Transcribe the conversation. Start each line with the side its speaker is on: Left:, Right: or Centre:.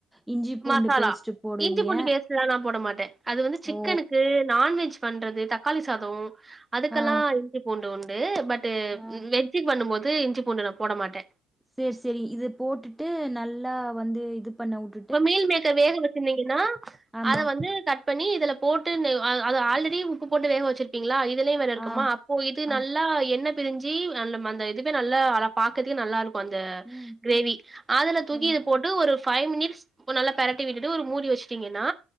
Centre: இஞ்சி பூண்டு
Right: மசாலா
Centre: பேஸ்ட்டு போடுவீங்க
Right: இஞ்சி பூண்டு பேஸ்ட்ல்லா நா போட மாட்ட அது வந்து சிக்கனுக்கு
Centre: ஓ
Right: நான்வெஜ் பண்றது தக்காளி சாதோ அதுக்கெல்லா
Centre: ஆ
Right: இஞ்சி பூண்டு உண்டு பட் ட்டு
Centre: ஆ
Right: வெஜ்ஜு பண்ணு போது இஞ்சி பூண்டு நா போட மாட்டே
Centre: செரி செரி இது போட்டுட்டு நல்லா வந்து இது பண்ண உட்டு
Right: இப்ப மீல் மேக்கர் வேக வெச்சிருந்தீங்ன்னா
Centre: ஆமா
Right: அத வந்து கட் பண்ணி இதுல போட்டுனு அ அத ஆல்ரெடி உப்பு போட்டு வேக வச்சு பீங்ளா இதுலயு வேற இருக்குமா
Centre: ஆ
Right: அப்போ இது
Centre: ஆ
Right: நல்லா எண்ண பிரிஞ்சி அந்த மந்த இதுவே நல்லா அல பாக்கதுக்கு நல்லாருக்கு அந்த
Centre: ம்
Right: க்ரேவி அதுல தூக்கி
Centre: ஓ
Right: இது போட்டு ஒரு ஃபைவ் மினிட்ஸ் இப்ப நல்லா பெரட்டி விட்டுட்டு ஒரு மூடி வெச்சுட்டீங்கன்னா